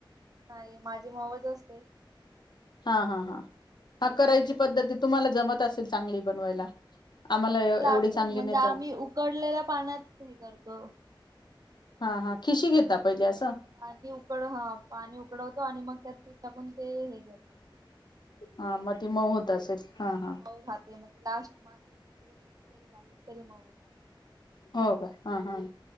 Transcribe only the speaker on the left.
हा हा हा हा, करायची पद्धत ती तुम्हाला जमत असेल चांगली बनवायला. आम्हाला
एवढी चांगली
नाही
जमत
हा हा खिशी घेता पहिले असं
हा मग ती मऊ होत असेल हा हा.
हो का हा हा नाही